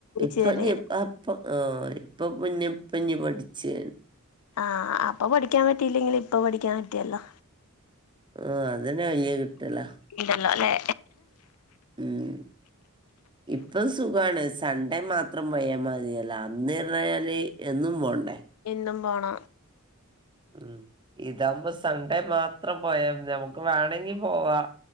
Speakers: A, on the right (about 20°); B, on the left (about 80°).
A: ഇപ്പനി
B: ശരി
A: അപ്പോ ആഹ് ഇപ്പ പിന്നെ ഇപ്പഞ്ഞി പഠിച്ച്
B: ആഹ് അപ്പൊ പഠിക്കാൻ പറ്റില്ലെങ്കിലും ഇപ്പൊ പഠിക്കാൻ പറ്റിയല്ലോ
A: ആഹ് അതന്നെ വല്ല്യെ കിട്ടല
B: ഇല്ലല്ലോ ല്ലെ
A: ഉം ഇപ്പം സുഖാണ് സൺണ്ടേ മാത്രം പോയ മതിയല്ലോ അന്ന് പർഞ്ഞാല് എന്നും പോണ്ടേ
B: എന്നും പോണം
A: ഉം ഇതാവ്മ്പോ സൺഡേ മാത്രം പോയാമതി ഞമക്ക് വേണങ്കി പോവാ